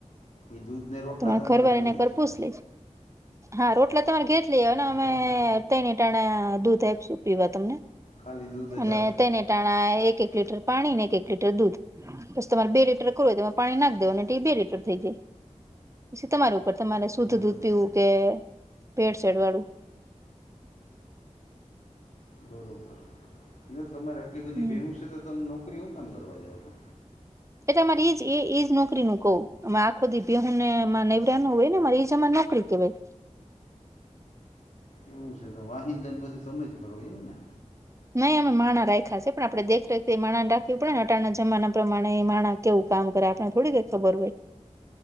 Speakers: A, on the left; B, on the right.
A: એ દૂધ ને રોટલા
B: તમારે
A: તો
B: ઘરવાળીને
A: અમારે જોઈએ જ
B: <unintelligible> હા રોટલા તમારે <unintelligible> દેવાના અમે
A: એમાં પ-
B: તેને ટાણે દૂધ આપીશું પીવા તમને
A: ખાલી દૂધ જ
B: અને
A: આપશો
B: તેને ટાણા એક એક લીટર પાણીને એક એક લીટર દૂધ બસ તમારે બે લીટર કરવું હોય તો એમા પાણી નાખ દેવાનું અને બે લીટર થઈ જાય પછી તમારી ઉપર તમારે શુદ્ધ
A: બરોબર
B: દૂધ પીવું કે ભેળસેળ વાળું
A: બરાબર તમારે આટલી બધી
B: હમ
A: ભેહું સે તો તમે નોકરી હું કામ કરવા જાવ છો
B: એટલે અમારે એજ એજ નોકરી નું કવ અમે આખો દી બેહુનેમાં નૈવરા ન હોય ને એજ અમારે નોકરી કેવાય
A: એવું છે તો વાહીન દન બધું તમે જ કરો એમ ને
B: નહી અમે માણા રાખ્યા છે પણ આપણે દેખરેખ માણાને રાખવી પડે ને અટાના જમાના પ્રમાણે માણા કેવું કામ કરે આપને થોડી કય ખબર હોય